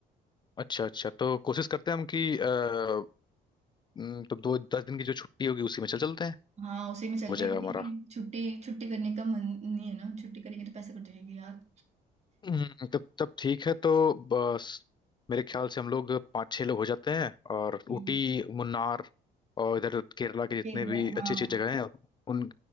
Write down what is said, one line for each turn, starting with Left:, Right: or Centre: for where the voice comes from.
Left: अच्छा अच्छा तो कोशिश करते हैं हम कि हम्म, तो दो दस दिन की जो छुट्टी होगी उसी में चल चलते हैं
Right: हाँ उसी में चलते
Left: हो जाएगा
Right: हैं क्योंकि
Left: हमारा
Right: छुट्टी छुट्टी करने का मन नहीं है ना छुट्टी करेंगे तो पैसे कट जाएंगे यार
Left: हम्म, तब तब ठीक है तो बस मेरे ख्याल से हम लोग पाँच छह लोग हो जाते हैं और
Right: हम्म,
Left: ऊटी मुन्नार और इधर केरला के जितने
Right: फिर
Left: भी अच्छी
Right: हाँ
Left: अच्छी जगह हैं उन